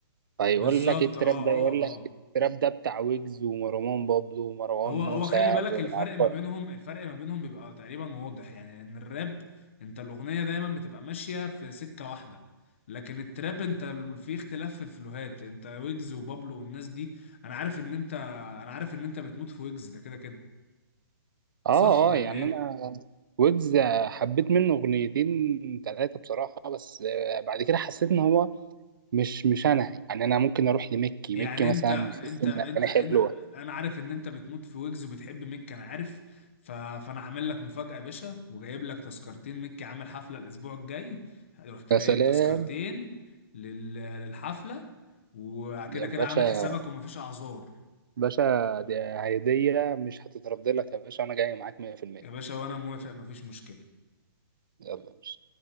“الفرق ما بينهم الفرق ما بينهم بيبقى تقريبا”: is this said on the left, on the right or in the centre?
Left